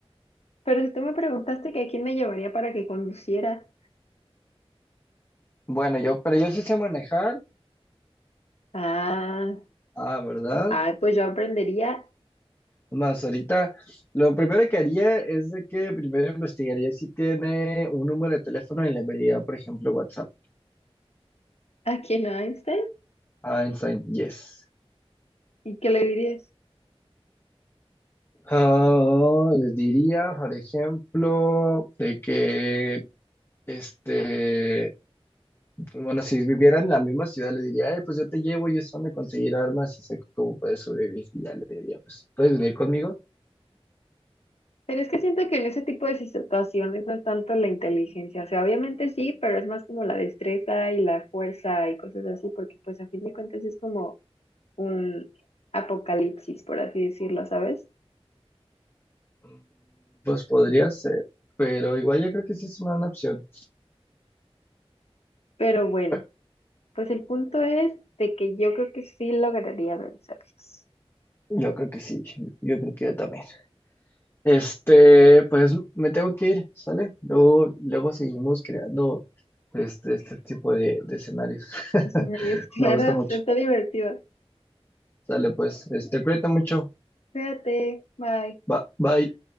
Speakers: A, on the left; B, on the left.
A: Pero si tú me preguntaste que a quién me llevaría para que conduciera,
B: Bueno, yo, pero yo sí sé manejar,
A: ah,
B: ah, ¿verdad?
A: ah, pues yo aprendería
B: Más ahorita, lo primero que haría es de que primero investigaría si tiene un número de teléfono y le enviaría, por ejemplo, WhatsApp.
A: a quién a Einstein
B: Einstein, yes.
A: y qué le dirías.
B: Ah, les diría, por ejemplo, de que Este, bueno, si viviera en la misma ciudad, le diría, "Ey, pues yo te llevo y es donde conseguir armas y sé cómo puedes sobrevivir. Y ya le diría, pues, ¿puedes venir conmigo?
A: Pero es que siento que en ese tipo de situaciones no es tanto la inteligencia, o sea, obviamente sí, pero es más como la destreza y la fuerza y cosas así, porque pues a fin de cuentas es como un apocalipsis, por así decirlo, ¿sabes?
B: Mm, Pues podría ser, pero igual yo creo que sí es una buena opción.
A: Pero bueno.
B: Bueno,
A: Pues el punto es de que yo creo que sí lograría vencerlos.
B: Yo creo que sí, yo creo que yo también. Este, pues me tengo que ir, ¿sale? Luego, luego seguimos creando este, este tipo de, de escenarios. <laughs>
A: Es una ideas claras,
B: Me gusta mucho.
A: <laughs> está divertido.
B: Sale, pues, este, cuídate mucho.
A: Cuídate, bye.
B: Ba- Bye.